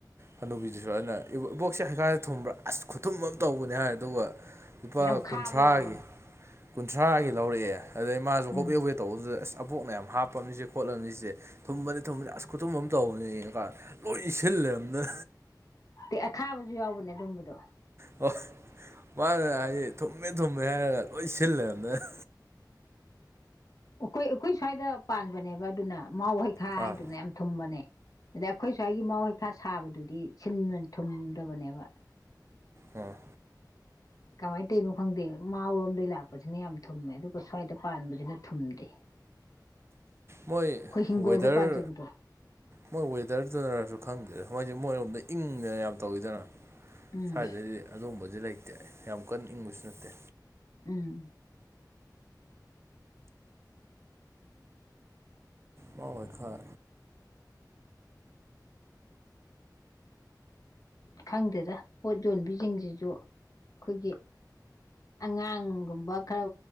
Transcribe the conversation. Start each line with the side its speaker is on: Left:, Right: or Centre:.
Right: ꯍꯅꯨꯕꯤꯗꯨꯖꯨ ꯑꯗꯨꯅ ꯕꯣꯛꯁꯦ ꯍꯩꯈꯥꯖꯦ ꯊꯨꯝꯕ꯭ꯔꯥ ꯑꯁ ꯈꯨꯊꯨꯝ ꯑꯃ ꯇꯧꯕꯅꯦ ꯍꯥꯏꯔꯦ ꯑꯗꯨꯒ ꯂꯨꯄꯥ
Left: ꯌꯥꯝꯈꯥꯕ
Right: ꯀꯨꯟꯊ꯭ꯔꯥꯒꯤ
Left: ꯌꯥꯎꯕꯅꯦ
Right: ꯀꯨꯟꯊ꯭ꯔꯥꯒꯤ ꯂꯧꯔꯛꯑꯦ ꯑꯗꯩ ꯃꯥꯁꯨ ꯍꯣꯕꯦ
Left: ꯎꯝ
Right: ꯍꯣꯕꯦ ꯇꯧꯕꯗꯨꯗ ꯑꯁ ꯑꯕꯣꯛꯅ ꯌꯥꯝ ꯍꯥꯞꯄꯝꯅꯤꯁꯦ ꯈꯣꯠꯂꯝꯃꯤꯁꯦ ꯊꯨꯝꯕꯅꯤ ꯊꯨꯝꯕꯅꯤ ꯑꯁ ꯈꯨꯊꯨꯝ ꯑꯃ ꯇꯧꯕꯅꯦ ꯌꯦꯡꯉꯀꯥꯟ ꯂꯣꯏ ꯏꯁꯤꯜ ꯂꯩꯔꯝꯗꯅ
Left: ꯑ ꯑꯈꯥꯕꯁꯨ ꯌꯥꯎꯕꯅꯦ ꯑꯗꯨꯝꯕꯗꯣ
Right: ꯍꯣꯏ ꯃꯥꯅ ꯍꯥꯏꯗꯤ ꯊꯨꯝꯃꯦ ꯊꯨꯝꯃꯦ ꯍꯥꯏꯔꯒ ꯂꯣꯏ ꯁꯤꯜ ꯂꯩꯔꯝꯗꯅ
Left: ꯑꯩꯈꯣꯏ ꯑꯩꯈꯣꯏ ꯁ꯭ꯋꯥꯏꯗ ꯄꯥꯟꯕꯅꯦꯕ ꯑꯗꯨꯅ ꯃꯥꯎ ꯍꯩꯈꯥ
Right: ꯑꯥ
Left: ꯍꯥꯏꯗꯨꯅ ꯌꯥꯝ ꯊꯨꯝꯕꯅꯦ꯫ ꯑꯗꯩ ꯑꯩꯈꯣꯏꯁ꯭ꯋꯥꯢꯒꯤ ꯃꯥꯎ ꯍꯩꯈꯥ ꯁꯥꯕꯗꯨꯗꯤ ꯁꯤꯟ ꯊꯨꯝꯗꯕꯅꯦꯕ
Right: ꯑꯣ
Left: ꯀꯃꯥꯏꯅ ꯇꯧꯔꯤꯅꯣ ꯈꯪꯗꯦ ꯃꯥꯎꯔꯣꯝꯗꯒꯤ ꯂꯥꯛꯄꯁꯤꯅ ꯌꯥꯝ ꯊꯨꯝꯃꯦ ꯑꯗꯨꯒ ꯁ꯭ꯋꯥꯏꯗ ꯄꯥꯟꯕꯁꯤꯅ ꯊꯨꯝꯗꯦ꯫
Right: ꯃꯣꯏ
Left: ꯑꯩꯈꯣꯏ ꯍꯤꯡꯒꯣꯜꯗ
Right: ꯋꯦꯗꯔ
Left: ꯄꯥꯟꯖꯕꯗꯣ
Right: ꯃꯣꯏ ꯋꯦꯗꯔꯗꯨꯅꯔꯁꯨ ꯈꯪꯗꯦ ꯃꯣꯏꯁꯦ ꯃꯣꯏꯔꯣꯝꯗ ꯏꯪꯗꯅ ꯌꯥꯝ ꯇꯧꯋꯤꯗꯅ
Left: ꯎꯝ
Right: ꯁꯥꯏꯗꯗꯤ ꯑꯗꯨꯝꯕꯗꯤ ꯂꯩꯇꯦ ꯌꯥꯝ ꯀꯟꯅ ꯏꯪꯕꯁꯨ ꯅꯠꯇꯦ꯫
Left: ꯎꯝ꯫
Right: ꯃꯥꯎ ꯍꯩꯈꯥ
Left: ꯈꯪꯗꯦꯗ ꯄꯣꯠ ꯌꯣꯟꯕꯤꯖꯤꯡꯁꯤꯁꯨ ꯑꯩꯈꯣꯏꯒꯤ ꯑꯉꯥꯡꯒꯨꯝꯕ ꯈꯔ